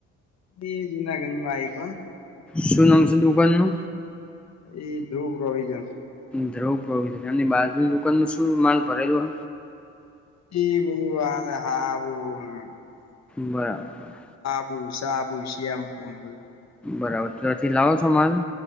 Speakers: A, on the left; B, in the centre.
A: ઈ જ નગનમાં આઈગ
B: શું નામ છે દુકાન નુ?
A: એ ધ્રુવ પ્રોવિજન
B: ધ્રુ પ્રોવિજન એમની બાજુની દુકાનમાં શું માલ ભરેલો
A: એ <unintelligible>
B: બરાબર.
A: બુસા બુશ એમ પુન
B: બરાબર તોથી લાવો છો માલ.